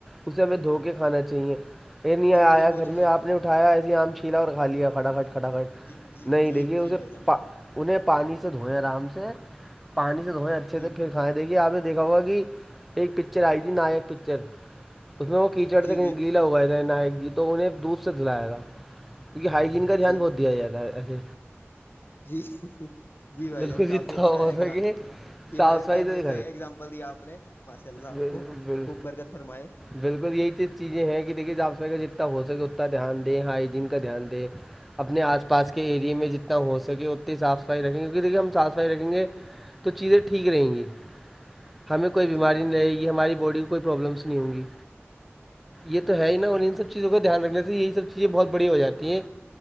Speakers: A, in the centre; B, on the left.
A: اسے ہمیں دھو کے کھانا چاہیے یہ نہیں
B: جی
A: آیا
B: بھائی جان وہ
A: گھر
B: چیز
A: میں
B: ہے
A: آپ نے اٹھ اٹھایا ایسے آم چھیلا اور کھا لیا کھٹا کھٹ کٹا کھٹ
B: جی جی
A: نہیں
B: جی
A: دیکھیے
B: جی
A: اسےا
B: بھائی جان
A: انہیں پانی سے دھوئیں آرام سے پانی سے دھوئیں اچھے
B: جی
A: سے کھائے دیکے آپ نے دیکھا ہوگا کہ ایک پکچر آئی تھی ناک پکچر اس میں وہ کیچڑ
B: جی
A: سے کہیں
B: جی
A: گیلا ہوگایا تھا نائک جی تو انہیں دودھ سے دلایا تھا کیہ ہائجین کا دھیان
B: جی
A: بہت دیا جیاا ہے اے
B: جی جی بھائی
A: بالکل
B: جان کافی
A: جتنا
B: اچھا
A: ہو
B: ایگزام
A: سکے
B: جی
A: صاف
B: بھائی جان
A: صفائی
B: کافی
A: سے
B: اچھا ایگزامپل دیا آپ نے ماشاء اللہ
A: کرے
B: آپ کو خوب برکت فرمائے
A: بالکل یہی چیزیں ہیں کہ دیکھیے آپ س جتنا ہو سکے اتنا دھیان دیں ہائجین کا دھیان دے اپنے آس پاس کے ایریے میں جتنا ہو سکے اتنی صاف صفائی رکھیں گے کیونکہ دیکھیے ہم صاف صفائی رکھیں گے تو چیزیں ٹھیک رہیں گی ہمیں کوئی بیماری
B: جی
A: نہیں رہے گی ہماری باڈی کوئی پرابلمس نہیں ہوں گی یہ تو ہے ہی نا اور ان سب چیزوں کا دھیان رکھنے سے یہی سب چیزیں بہت بڑی ہو جاتی ہیں